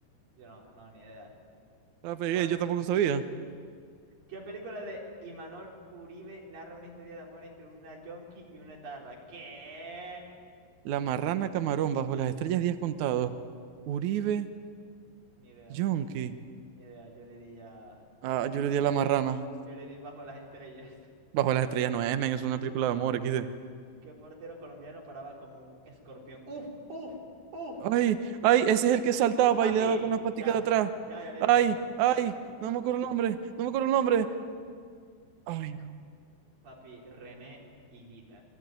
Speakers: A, on the right; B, on the right.
A: Yo no, no, ni idea.
B: La pegué,
A: O-
B: yo tampoco sabía.
A: ¿Qué película de Imanol Uribe narra una historia de amor entre una yonki y una tarra? ¿Qué?
B: La marrana camarón bajo las estrellas días contados. Uribe
A: Ni idea,
B: Yonki.
A: ni idea. Yo le di ya.
B: Ah, yo le di a la marrana.
A: Yo le di bajo las estrellas. <laughs>
B: Bajo las estrellas no es, men, es una película de amor, aquí
A: ¿Qué portero colombiano paraba como un escorpión? ¡Uf! ¡Uf! ¡Uf!
B: Ay, ay, ese es el que saltaba
A: Papi,
B: y le daba con las paticas
A: ya,
B: de atrás.
A: ya, ya le
B: Ay,
A: dije, ya,
B: ay,
A: ya le dije.
B: no me acuerdo el nombre, no me acuerdo el nombre. Ay, no.
A: Papi, René Higuita.